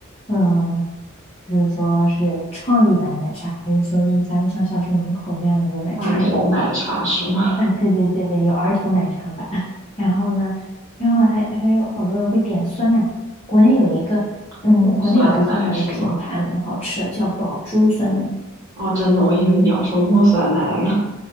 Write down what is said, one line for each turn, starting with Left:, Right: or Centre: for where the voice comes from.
Left: 嗯，就是说是创意版奶茶，还是说一般像小学门口那样子的奶茶有，
Right: 罐头奶茶是吗？
Left: 啊、对对对对，有儿童奶茶版，<laughs> 然后呢，然后还还有好多人会点酸奶，国内有一个。
Right: <laughs>
Left: 嗯，
Right: 茉酸奶是吗？
Left: 国内有一个酸奶的品牌蛮好吃的，叫宝珠酸奶。
Right: 哦，真的，我以为你要说茉酸奶呢。